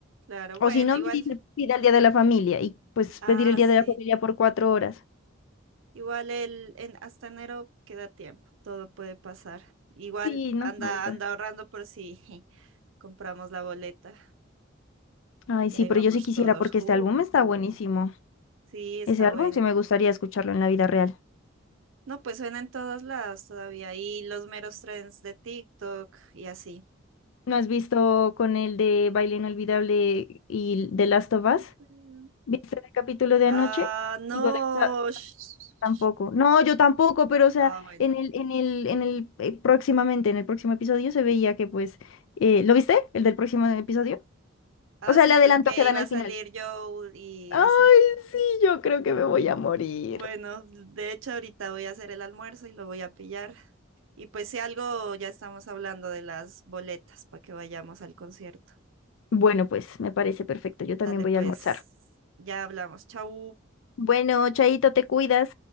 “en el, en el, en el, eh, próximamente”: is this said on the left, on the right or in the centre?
Left